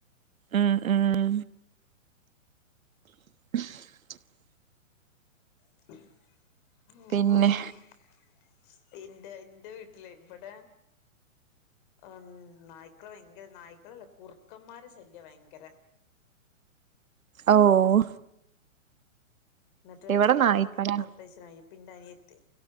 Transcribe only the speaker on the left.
ഓഹ്.
ഇന്റ ഇന്റെ വീട്ടില് വടെ അന്ന് നായ്ക്കള വയങ്കര നായ്ക്കളല്ല കുറുക്കമ്മാരെ ശല്യ വയങ്കര.
ന്നട്ട്
ചെര്പ്പൊന്നുംപൊർ
പൈശറായി പ്പിന്റനിയത്തി